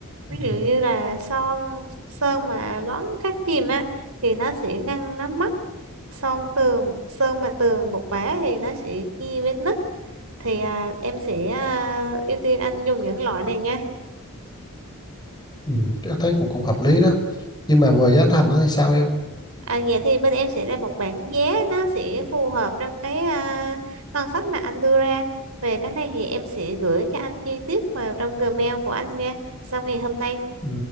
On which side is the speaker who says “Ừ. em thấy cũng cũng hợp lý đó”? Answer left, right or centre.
Left